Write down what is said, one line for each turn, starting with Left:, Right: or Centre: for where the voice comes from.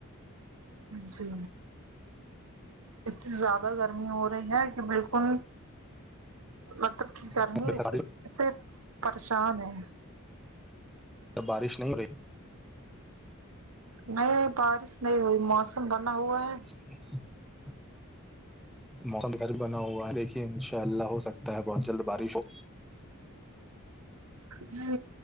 Right: جی اتنی زیادہ گرمی ہو رہی ہے کہ بالکل مطلب کہ گرمی
Centre: لیکن
Right: سے پریشان ہے
Centre: بارش نہیں ہو رہی
Right: نہیں بارش نہیں ہوئی موسم بنا ہوا ہے
Centre: <inaudible> موسم گر بنا ہوا ہے دیکھے انشاء اللہ ہو سکتا ہے بہت جلد بارش ہو
Right: جی